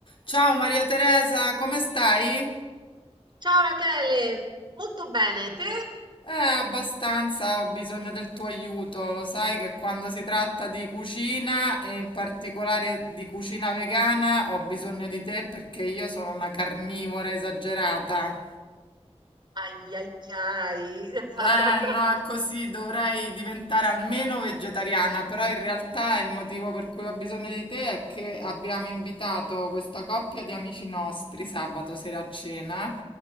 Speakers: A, on the left (about 50°); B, on the right (about 40°).
A: Ciao Maria Teresa, come stai?
B: Ciao Rachele, molto bene, te?
A: Eh, abbastanza, ho bisogno del tuo aiuto. Lo sai che quando si tratta di cucina e in particolare di cucina vegana, ho bisogno di te perché io sono una carnivora esagerata.
B: Ai ai ai. <laughs>
A: Eh, no, è così, dovrei diventare almeno vegetariana, però in realtà il motivo per cui ho bisogno di te è che abbiamo invitato questa coppia di amici nostri sabato sera a cena